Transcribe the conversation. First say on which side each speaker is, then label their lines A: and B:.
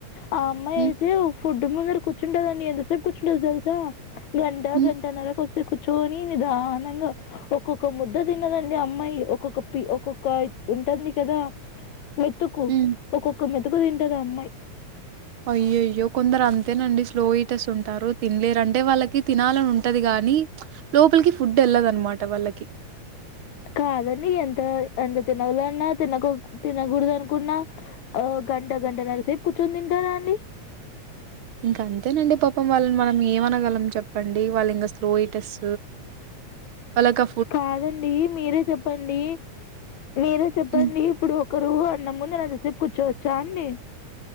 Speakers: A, on the left (about 70°); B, on the right (about 60°).
A: ఆ అమ్మాయి
B: హ్మ్
A: అయితే ఫుడ్ ముందర కూర్చుంటుదండి ఎంతసేపు కూర్చుంటుదు తెలుసా గంట
B: హ్మ్
A: గంటన్నర కూర్చొని నిదానంగా ఒక్కొక్క ముద్ద తిన్నదండి అమ్మాయి ఒక్కొక్క పి ఒక్కొక్క ఉంటుంది కదా మెతుకు
B: హ్మ్
A: ఒక్కొక్క మెతుకు తింటాది అమ్మాయి
B: అయ్యో అయ్యో కొందరు అంతేనండి స్లో ఇయిట్ స్తు ఉంటారు తినలేరు అంటే వాళ్ళకి తినాలని ఉంటాది కాదు కానీ లోపలికి ఫుడ్ ఎల్లదన్నమాట వాళ్ళకి
A: కాదండి ఎంత ఎంత తినలో అన్నా తినక తినకూడదు అనుకున్నా ఆ గంట గంట నారా సేపు కూర్చొని తింటారా అండి
B: ఇంకా అంతేనండి పాపం వాళ్ళని మనం ఏమ అనగలం చెప్పండి వాళ్ళు ఇంకా స్లో ఇయిటెస్ అలాక
A: కాదండి మీరే చెప్పండి మీరే చెప్పండి
B: హ్మ్.
A: ఇప్పుడు ఒకరు అన్న ముందు అంతసేపు కూర్చోవచ్చా అండి